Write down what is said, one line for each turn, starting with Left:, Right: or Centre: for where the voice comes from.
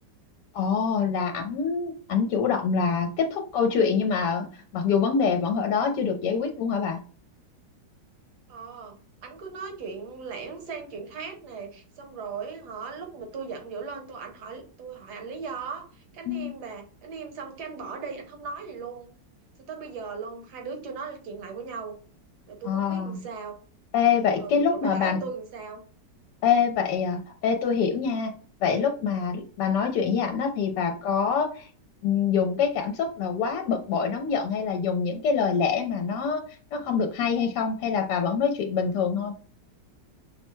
Left: ồ là ảnh ảnh chủ động là kết thúc câu chuyện nhưng mà mặc dù vấn đề vẫn ở đó chưa được giải quyết luôn hả bà
Right: Ờ, anh cứ nói chuyện lẻn sang chuyện khác nè xong rồi hả lúc mà tôi giận dữ lên tôi anh hỏi tôi hỏi anh lý do á. cái
Left: Ừ.
Right: anh im bà anh im xong cái anh bỏ đi anh không nói gì luôn cho tới bây giờ luôn hai đứa chưa nói chuyện lại với nhau rồi tôi
Left: À,
Right: cũng không biết làm sao
Left: ê, vậy
Right: ừ
Left: cái lúc
Right: rồi
Left: mà
Right: bà thấy
Left: bà
Right: tôi làm sao
Left: Ê, vậy à, ê, tôi hiểu nha. Vậy lúc mà bà nói chuyện với ảnh á, thì bà có ừ, dùng cái cảm xúc là quá bực bội nóng giận hay là dùng những cái lời lẽ mà nó nó không được hay hay không hay là bà vẫn nói chuyện bình thường thôi?